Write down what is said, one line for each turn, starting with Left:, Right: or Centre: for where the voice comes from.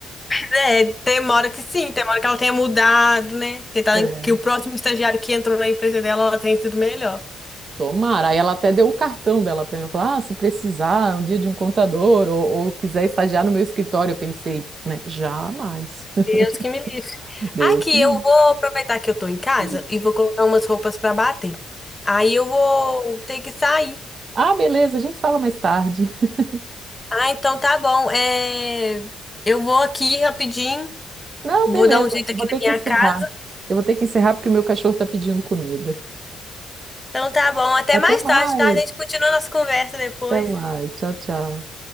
Left: É, tem uma hora que sim, tem uma hora que ela tenha mudado, né? Tem
Right: É.
Left: Que o próximo estagiário que entrou na empresa dela, ela tenha sido melhor.
Right: Tomara. Aí ela até deu o cartão dela para mim. Falou: ah, se precisar um dia de um contador ou, ou quiser estagiar no meu escritório, eu pensei, né? Jamais.
Left: Deus que me livre.
Right: <laughs> Deus.
Left: Aqui,
Right: que me
Left: eu vou aproveitar que eu tô em casa
Right: livre.
Left: e vou colocar umas roupas para bater. Aí eu vou ter que sair.
Right: Ah, beleza, a gente fala mais tarde. <laughs>
Left: Ah, então tá bom. É, eu vou aqui rapidinho,
Right: Não,
Left: vou
Right: beleza,
Left: dar um jeito
Right: eu
Left: aqui
Right: vou
Left: na
Right: ter
Left: minha
Right: que encerrar.
Left: casa.
Right: Eu vou ter que encerrar porque o meu cachorro tá pedindo comida.
Left: Então tá bom, até
Right: Até
Left: mais
Right: mais,
Left: tarde, tá? A gente continua nossa conversa depois.
Right: até mais. Tchau, tchau.